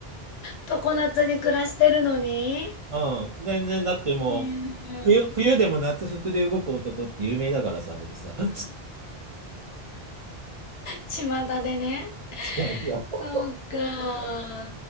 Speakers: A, on the left; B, on the right.
A: と常夏に暮らしてるのに。
B: <laughs> うん。全然、だってもう、
A: うん。
B: 冬、冬でも夏服で動く男って有名だからさ、僕さ。<laughs>
A: 巷でね。
B: そうそうそう
A: そうか。